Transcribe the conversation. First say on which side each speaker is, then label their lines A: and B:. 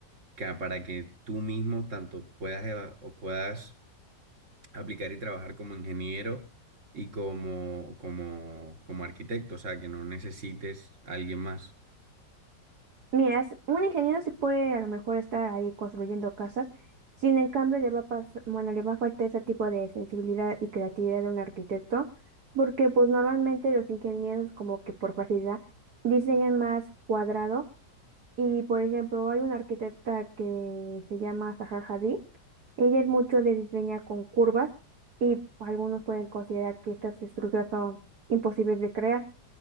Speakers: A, on the right; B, on the right.
A: que para que tú mismo tanto puedas eva- o puedas aplicar y trabajar como ingeniero y como, como, como arquitecto, o sea, que no necesites a alguien más.
B: Mira, s- un ingeniero sí puede a lo mejor estar ahí construyendo casas, sin en cambio le va a pas- bueno, le va a faltar ese tipo de sensibilidad y creatividad de un arquitecto, porque pues normalmente los ingenieros como que por facilidad diseñan más cuadrado y por ejemplo hay una arquitecta que se llama Zaha Hadid, ella es mucho de diseñar con curvas y algunos pueden considerar que estas estructuras son imposibles de crear.